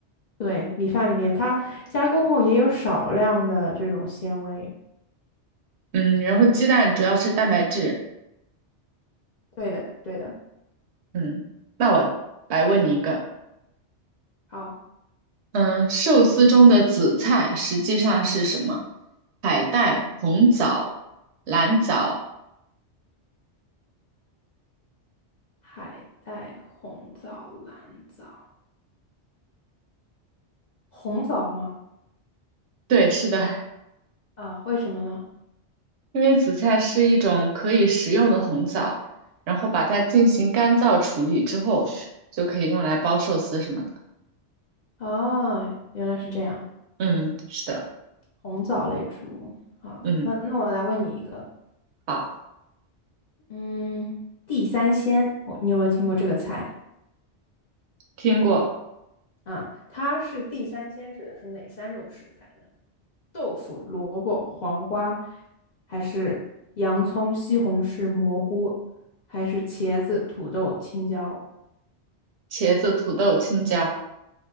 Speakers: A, on the left; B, on the right.
A: 对，米饭里面它加工后也有少量的这种纤维。
B: 嗯，然后鸡蛋主要是蛋白质，
A: 对的，对的。
B: 嗯，那我来问你一个，
A: 好，
B: 嗯，寿司中的紫菜实际上是什么？海带、红枣、蓝藻，
A: 海带、红枣、蓝枣，红枣吗？
B: 对，是的，
A: 啊，为什么呢？
B: 因为紫菜是一种可以食用的红枣，然后把它进行干燥处理之后，就可以用来包寿司什么的，
A: 啊，原来是这样，
B: 嗯，是的，
A: 红枣类植物。好，
B: 嗯，
A: 那那我来问你一个，
B: 好，
A: 嗯，地三鲜，我你有没有听过这个菜
B: 听过。
A: 啊？它是地三鲜指的是哪三种食材呢？豆腐、萝卜、黄瓜，还是洋葱、西红柿、蘑菇，还是茄子、土豆、青椒？
B: 茄子、土豆、青椒，